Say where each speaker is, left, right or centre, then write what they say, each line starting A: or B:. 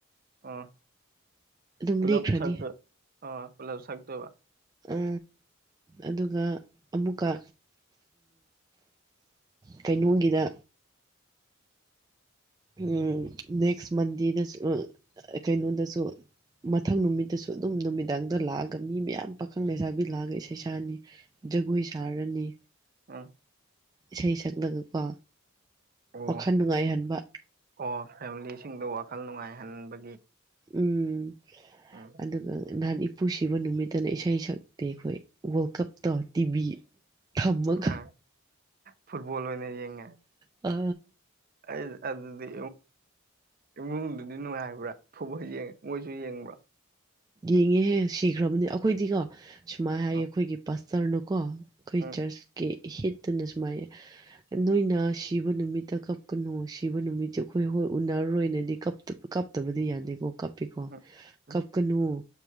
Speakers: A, on the right (about 45°); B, on the right (about 20°).
A: ꯑ
B: ꯑꯗꯨꯝ
A: ꯄꯨꯂꯞ
B: ꯂꯦꯛꯈ꯭ꯔꯅꯤ
A: ꯁꯛ ꯑꯥ ꯄꯨꯂꯞ ꯁꯛꯇꯣꯏꯕ
B: ꯎ ꯑꯗꯨꯒ ꯑꯃꯨꯛꯀ ꯀꯩꯅꯣꯝꯒꯤꯗ ꯎ
A: ꯎꯝ
B: ꯅꯦꯁꯛ ꯃꯟꯗꯦꯗꯁꯨ ꯀꯩꯅꯣꯗꯁꯨ ꯃꯊꯪ ꯅꯨꯃꯤꯠꯇꯁꯨ ꯑꯗꯨꯝ ꯅꯨꯃꯤꯗꯥꯡꯗ ꯂꯥꯛꯑꯒ ꯃꯤ ꯃꯌꯥꯝ ꯄꯥꯈꯪ ꯂꯩꯁꯥꯕꯤ ꯂꯥꯛꯑꯒ ꯏꯁꯩ ꯁꯥꯅꯤ ꯖꯒꯣꯏ ꯁꯥꯔꯅꯤ
A: ꯎꯝ
B: ꯏꯁꯩ ꯁꯛꯂꯒꯀꯣ
A: ꯑꯣ
B: ꯋꯥꯈꯜ ꯅꯨꯡꯉꯥꯏꯍꯟꯕ
A: ꯑꯣ ꯐꯦꯃꯤꯂꯤꯁꯤꯡꯗ ꯋꯥꯈꯜ ꯅꯨꯡꯉꯥꯏꯍꯟꯕꯒꯤ
B: ꯎꯝ
A: ꯎꯝ
B: ꯑꯗꯨꯒ ꯅꯍꯥꯟ ꯏꯄꯨ ꯁꯤꯕ ꯅꯨꯃꯤꯠꯇꯅ ꯏꯁꯩ ꯁꯛꯇꯤ ꯑꯩꯈꯣꯏ ꯋꯥꯔꯜ ꯀꯞꯇꯧ ꯇꯤꯚꯤ ꯊꯝꯃꯒ
A: ꯑ ꯐꯨꯠꯕꯣꯜ ꯑꯣꯏꯅ ꯌꯦꯡꯉ
B: ꯑ
A: ꯑꯩ ꯑꯗꯨꯗꯤ ꯏꯃꯨꯡꯗꯨꯗꯤ ꯅꯨꯡꯉꯥꯏꯕ꯭ꯔꯥ ꯐꯨꯕ ꯌꯦꯡꯉꯦ ꯃꯣꯏꯁꯨ ꯌꯦꯡꯕ꯭ꯔꯣ
B: ꯌꯦꯡꯉꯦꯍꯦ ꯁꯤꯈ꯭ꯔꯕꯅꯤ ꯑꯩꯈꯣꯏꯗꯤꯀꯣ ꯁꯨꯃꯥꯏꯅ ꯍꯥꯏꯌꯦ
A: ꯑꯥ
B: ꯑꯩꯈꯣꯏꯒꯤ ꯄꯁꯇꯔꯅꯀꯣ ꯑꯩꯈꯣꯏ
A: ꯎꯝ
B: ꯆꯔꯆꯀꯤ ꯍꯤꯠꯇꯨꯅ ꯁꯨꯃꯥꯏ ꯅꯣꯏꯅ ꯁꯤꯕ ꯅꯨꯃꯤꯠꯇ ꯀꯞꯀꯅꯨ ꯁꯤꯕ ꯅꯨꯃꯤꯠꯇꯁ ꯑꯩꯈꯣꯏ ꯍꯣꯏ ꯎꯅꯔꯔꯣꯏꯅꯗꯤꯞ ꯀꯥꯞꯇꯕꯗꯤ ꯌꯥꯅꯤꯀꯣ ꯀꯥꯞꯄꯤꯀꯣ
A: ꯎꯝ ꯎꯝ
B: ꯀ ꯀꯅꯨ